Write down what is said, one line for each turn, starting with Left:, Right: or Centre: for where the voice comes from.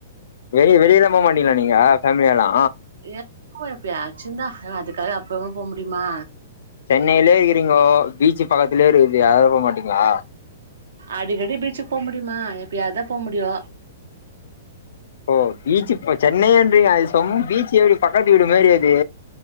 Left: வெளிய வெளியலா போ மாட்டீங்ளா நீங்க ஃபேம்லியாலா
Right: <inaudible> எப்யாச்சுந்தா அனா அதுக்காக அப்பப்போ போ முடிமா
Left: சென்னைய்லே இர்க்குறீங்கோ பீச்சி பக்கத்திலே இருக்குது அதுல போ மாட்டீங்ளா
Right: அடிக்கடி பீச்சுக் போ முடியுமா எப்பயாத்தா போ முடியு
Left: ஓ பீச்சி இப்ப சென்னையேந்து அது சொம் பீச் எப்டி பக்கத்து வீடு மேறியது